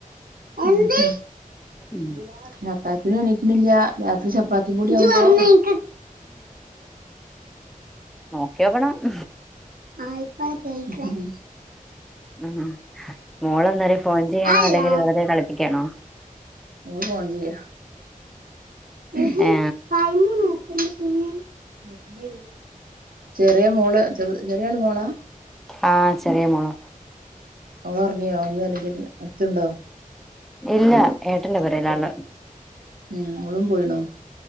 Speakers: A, on the right (about 85°); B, in the centre.
A: എന്ത്, <unintelligible>
B: ഉം
A: ഇന്ന് എണീക്ക്ണില്ല രാത്രി ചപ്പാത്തിം കൂടി ആവുമ്പൊ, ഇജ് പറഞ്ഞെ ഇൻ
B: <inaudible> നോക്കിയോക്കണം <inaudible>
A: ആ ഇപ്പഴാ കേൾക്കണേ
B: ഹ്മ്മ്, മോള് അന്നേര ഫോൺ ചെയ്യാണോ
A: അല്ലോ
B: അല്ലെങ്കില് വെറുതെ കളിപ്പിക്കാണോ
A: മോള് ഫോണ് ചെയ്യാ <unintelligible>
B: ഏ
A: ടൈമ് നോ വിളിക്കുന്നെ <unintelligible> ചെറിയ മോള് ചെർ ചെറിയാള് മോളാ-
B: ആഹ് ചെറിയ മോളാ
A: ഓളൊർങ്ങിയോ ഇല്ലേ അല്ലെങ്കില് അട്ത്ത്ണ്ടോ
B: ഇല്ല ഏട്ടന്റെ കൂടെ ഒരാള്
A: ഏഹ്, അവളും പോയിണോ